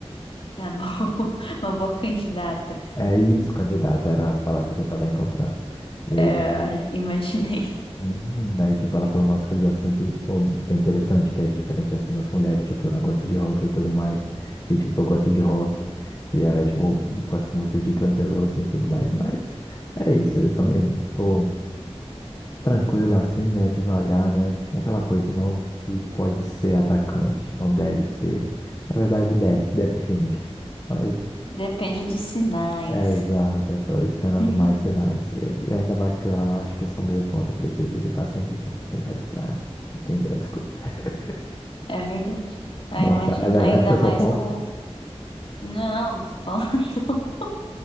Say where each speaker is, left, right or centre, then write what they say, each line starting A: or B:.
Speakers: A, on the left; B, on the left.
A: Tá bom. <laughs> Uma boa candidata.
B: É isso, candidato, era a palavra que eu tava encontrando. E aí,
A: É,
B: tipo,
A: imaginei.
B: uhum, daí, tipo, ela falou umas coisas assim que, pô, bem interessante, que é diferente assim das mulheres, tipo, ela gosta de rock e tudo mais, e tipo, eu gosto de rock, e ela, é, tipo, gosta muito de Guns N' Roses e tudo mais, mas é isso, eu também
A: Hum.
B: tô. tranquilo assim, né? Devagar, né? É aquela coisa, não se pode ser atacante, não deve ser. Na verdade, deve, <laughs> depende. Mas
A: Depende dos sinais.
B: é exato, eu tô esperando
A: <laughs>
B: mais sinais. Eu- e ainda mais que eu acho que eu sou meio tonto, eu preciso de bastantes sinais para entender as coisas. <laughs>
A: É verdade. Aí
B: Nossa,
A: imagina,
B: é verdade
A: ainda
B: que eu
A: mais
B: sou tonto?
A: com. Não, tô falando. <laughs>